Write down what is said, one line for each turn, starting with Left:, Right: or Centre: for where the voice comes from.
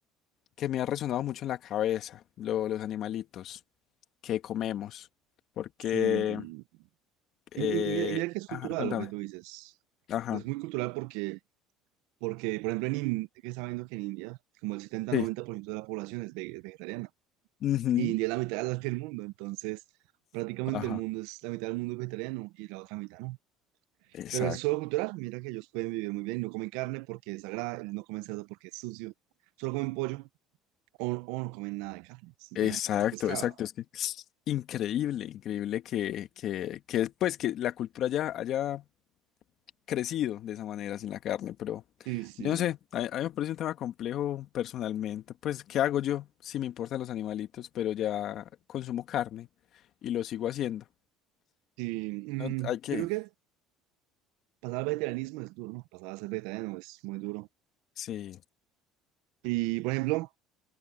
Left: que me ha resonado mucho en la cabeza, lo- los animalitos que comemos, porque...
Right: sí.
Left: eh,
Right: Y, y- y mira, y mira que es
Left: ajá,
Right: cultural
Left: contame.
Right: lo que tú dices.
Left: Ajá,
Right: Es muy cultural porque, porque por ejemplo, en India, que está viendo que en India, como el setenta
Left: sí.
Right: noventa por ciento de la población es, ve- es vegetariana.
Left: ujú,
Right: y India es la mitad de la que el mundo, entonces prácticamente
Left: Ajá,
Right: el mundo es la mitad del mundo es vegetariano y la otra mitad no.
Left: exacto.
Right: Pero es solo cultural, mira que ellos pueden vivir muy bien, no comen carne porque es sagrada, no comen cerdo porque es sucio, solo comen pollo o, o no comen nada de carne, es interesante,
Left: Exacto,
Right: pues pescado.
Left: exacto. Es que es increíble, increíble que, que, que, pues, que la cultura ya haya crecido de esa manera sin la carne, pero
Right: Sí, sí,
Left: yo no sé, a, a mí me parece un tema complejo personalmente. Pues, ¿qué hago yo? Sí me importan los animalitos, pero ya consumo carne y lo sigo haciendo.
Right: sí. mm,
Left: No, hay que...
Right: yo creo que pasar al vegetarianismo es duro, ¿no? Pasar a ser vegetariano es muy duro.
Left: Sí,
Right: Y, por ejemplo,